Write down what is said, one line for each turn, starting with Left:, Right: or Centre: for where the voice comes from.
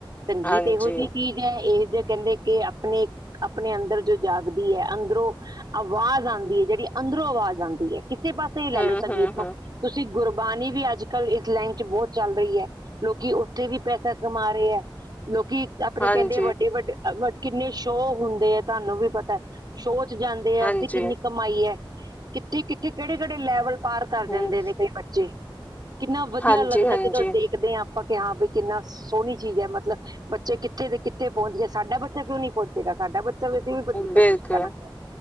Right: ਸੰਗੀਤ
Left: ਹਾਂਜੀ
Right: ਇਹੋ ਜਿਹੀ ਚੀਜ਼ ਇਹੋ ਜਿਹੇ ਕਹਿੰਦੇ ਕਿ ਆਪਣੇ ਆਪਣੇ ਅੰਦਰ ਜੋ ਜਾਗਦੀ ਹੈ ਅੰਦਰੋਂ ਆਵਾਜ਼ ਆਉਂਦੀ ਹੈ ਜਿਹੜੀ ਅੰਦਰੋਂ ਆਵਾਜ਼ ਆਉਂਦੀ ਹੈ ਕਿਸੇ ਪਾਸੇ ਹੀ ਲੈ
Left: ਹਮ
Right: ਲਓ ਸੰਗੀਤ
Left: ਹਮ
Right: ਨੂੰ
Left: ਹਮ
Right: ਤੁਸੀਂ ਗੁਰਬਾਣੀ ਵੀ ਅੱਜ ਕੱਲ੍ਹ ਇਸ ਲਾਈਨ ਚ ਬਹੁਤ ਚੱਲ ਰਹੀ ਹੈ। ਲੋਕੀ ਉੱਥੇ ਵੀ ਪੈਸਾ ਕਮਾ ਰਹੇ ਹੈ ਲੋਕੀ ਆਪਣੇ
Left: ਹਾਂਜੀ
Right: ਕਹਿੰਦੇ ਵੱਡੇ ਵੱਡੇ ਵ ਕਿੰਨੇ ਸ਼ੋਅ ਹੁੰਦੇ ਹੈ ਤੁਹਾਨੂੰ ਵੀ ਪਤਾ। ਸ਼ੋਅ ਚ ਜਾਂਦੇ ਹੈ
Left: ਹਾਂਜੀ
Right: ਉੱਥੇ ਕਿੰਨੀ ਕਮਾਈ ਹੈ ਕਿੱਥੇ ਕਿੱਥੇ ਕਿਹੜੇ ਕਿਹੜੇ ਲੈਵਲ ਪਾਰ ਕਰ ਜਾਂਦੇ
Left: ਹਮ
Right: ਨੇ ਕਈ ਬੱਚੇ ਕਿੰਨਾ ਵਧੀਆ
Left: ਹਾਂਜੀ
Right: ਲੱਗਦਾ
Left: ਹਾਂਜੀ
Right: ਜਦੋਂ ਦੇਖਦੇ ਹਾਂ। <unintelligible> ਕਿੰਨਾ ਸੋਹਣੀ ਚੀਜ਼ ਹੈ ਮਤਲਬ ਬੱਚੇ ਕਿੱਥੇ ਤੇ ਕਿੱਥੇ ਪਹੁੰਚਦੀਏ ਸਾਡਾ ਬੱਚਾ ਕਿਉਂ ਨੀ ਪਹੁੰਚੇਗਾ। ਸਾਡਾ ਬੱਚਾ, ਵੀ ਅਸੀਂ ਵੀ ਪਹੁੰਚ-
Left: ਬਿਲਕੁਲ
Right: ਕੋਸ਼ਿਸ਼ ਕਰਾਂਗੇ